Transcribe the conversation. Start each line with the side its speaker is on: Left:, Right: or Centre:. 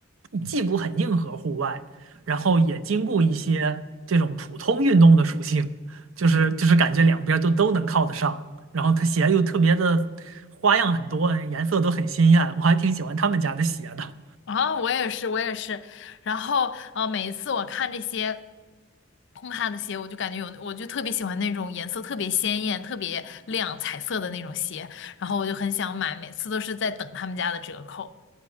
Right: 既不很硬核户外，然后也兼顾一些这种普通运动的属性，就是就是感觉两边儿都都能靠得上，然后它鞋又特别的花样很多，颜色都很鲜艳，我还挺喜欢他们家的鞋的。
Left: 啊，我也是，我也是。然后，呃，每一次我看这些烘咖的鞋，我就感觉有，我就特别喜欢那种颜色特别鲜艳、特别亮、彩色的那种鞋，然后我就很想买，每次都是在等他们家的折扣。